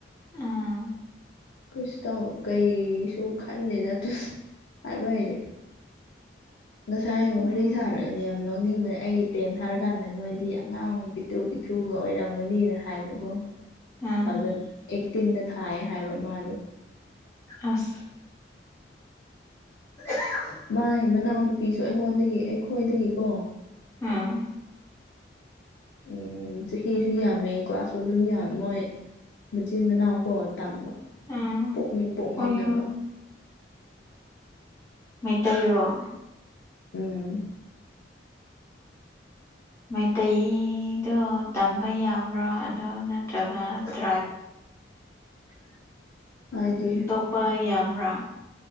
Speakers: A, on the left; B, on the left.
A: ꯎꯝ
B: ꯀꯩꯁꯨ ꯇꯧ ꯀꯩꯁꯨ ꯈꯟꯗꯦꯗ ꯇꯨ ꯍꯥꯏꯕ ꯍꯩ <unintelligible> ꯉꯁꯥꯏ
A: ꯎꯝ
B: ꯋꯥꯔꯤ ꯁꯥꯔꯨꯏ ꯌꯥꯝ ꯅꯣꯛꯅꯤꯡꯕ ꯑꯩ ꯇꯦꯟ ꯊꯥꯔꯀꯥꯟꯗ ꯅꯣꯏꯗꯤ ꯑꯉꯥꯡ ꯄꯤꯠꯇ꯭ꯔꯨ ꯄꯤꯠꯇ꯭ꯔꯨ ꯑꯣꯏꯔꯝꯃꯅꯤꯗ꯫ ꯍꯥꯏꯕꯀꯣ ꯇꯨ
A: ꯎꯝ
B: ꯊꯥꯎꯖꯟ ꯑꯩꯠꯇꯤꯟꯗ ꯊꯥꯏ ꯍꯥꯏꯕ ꯃꯥꯗꯣ꯫
A: ꯑꯁ <unintelligible>
B: ꯃꯥꯏ ꯃꯅꯥꯎꯅꯨꯄꯤꯁꯨ ꯑꯩꯉꯣꯟꯗꯒꯤ ꯑꯩꯈꯣꯏꯗꯒꯤꯀꯣ,
A: ꯎꯝ
B: ꯎꯝ ꯆꯍꯤꯁꯨ ꯌꯥꯝꯃꯦ꯫ ꯀ꯭ꯂꯥꯁꯁꯨ ꯑꯗꯨꯝ ꯌꯥꯝ ꯃꯣꯏ ꯃꯆꯤꯟ ꯃꯅꯥꯎ ꯀꯣ ꯇꯝꯕ꯫
A: ꯎꯝ
B: ꯄꯣꯛꯃꯤꯟ ꯄꯣꯛꯃꯤꯟꯅꯕ꯫
A: ꯑꯣꯌꯣ ꯃꯩꯇꯩꯔꯣ?
B: ꯎꯝ
A: ꯃꯥꯏꯇꯩꯗꯣ ꯇꯝꯕ ꯌꯥꯕ꯭ꯔꯥ ꯑꯗꯨ ꯅꯠꯇ꯭ꯔꯒ ꯇ꯭ꯔꯥꯏꯞ
B: ꯍꯥꯏꯗꯤ?
A: ꯅꯨꯄꯥ ꯌꯥꯝꯕ꯭ꯔꯥ